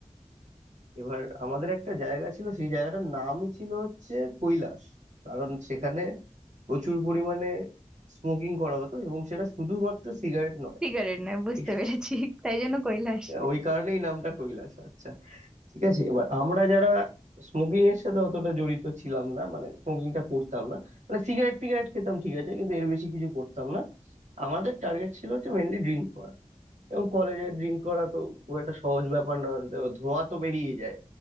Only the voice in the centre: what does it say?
সিগারেট নয় বুঝতে
পেরেছি তাই জন্য কৈলাস